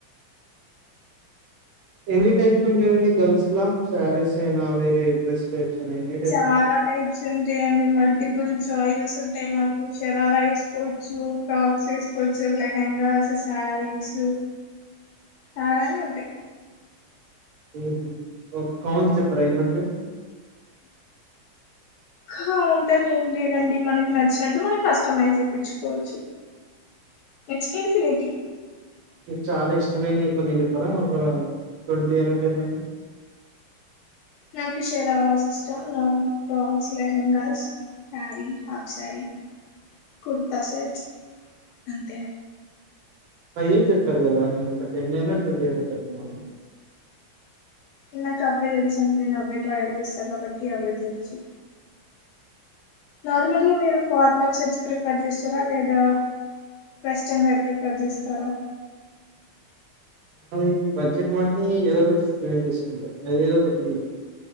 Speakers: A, on the right; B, on the left.
A: ఎన్ని టైప్స్ ఉంటాయండి గర్ల్స్ లా శారీస్ అయినా వేరే డ్రెస్ టైప్స్ అయినా ఎన్ని టైప్స్
B: చాలా
A: ఉంటాయి
B: టైప్స్ ఉంటెయండి మల్టిపుల్స్ జయిల్స్ ఉంటయి మాకు శరారా వేసుకోవచ్చు ఫ్రాక్స్ వేసుకోవచ్చు లెహెంగాస్ శారీస్ చాలానె ఉంటాయి
A: ఊహూ ఒక కౌంట్ చెప్పరా ఎన్కుంటయో
B: ఖావుంటాను ఏం లేదండి మనకి నచ్చినట్టు మనం కష్టటమైజ్ చేప్పించుకోవచ్చు ఇట్స్పెనిటి
A: చాల ఇష్టమైనైన కొన్ని చెప్పరా ఒక ట్వంటీ అండ్ టెన్ అనా
B: నాకు షరావస్ ఇష్టం normal frocks lehengas sari half sari kurta set అంతే
A: అ ఏం చెప్పారు కదా నేను ఒక టెన్ అయిన ట్వంటి అయిన చెప్పమన్న
B: నాకు అవ్వే తెలుసు అం డి నేను అవే ట్రాయల్ చేస్తా కాబట్టి అవే తెలుసు నార్మల్గా మీరు ఫార్మల్ సెట్స్ ప్రిఫర్ చేస్తరా లేదా వెస్ట్రన్ వేర్ ప్రిఫర్ చేస్తరా
A: మనం ఈ బడ్జెట్ మట్ని ఏదో ఒకటి ప్రిఫర్ చేసుకుంటాం అది ఏదో ఒకటి